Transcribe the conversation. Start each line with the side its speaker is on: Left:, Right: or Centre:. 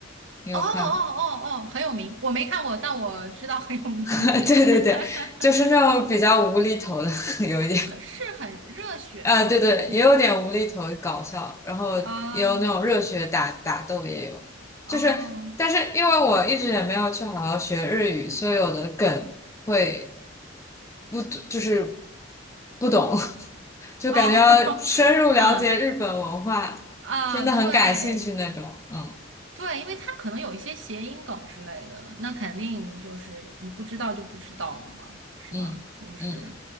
Left: 你有看吗
Right: 哦哦哦哦，很有名，我没看过，但我知道很有名，
Left: <laughs> 对对对，
Right: <laughs>
Left: 就是那种比较无厘头的，<laughs> 有一点，
Right: 很是很热血吗？
Left: 啊、对对，
Right: 去
Left: 也有点无厘头搞笑，然后也有那种热血打打斗也有，
Right: 啊哦哦，
Left: 就是，但是因为我一直也没有去好好学日语，所以有的梗会不就是不懂，<laughs> 就感觉要深入了解日本文化，
Right: <laughs> 哦嗯啊，
Left: 真的很感兴趣那种。
Right: 对
Left: 嗯
Right: 对，因为它可能有一些谐音梗之类的，那肯定就是你不知道就不知道了嘛，是吧？
Left: 嗯嗯，
Right: 就是，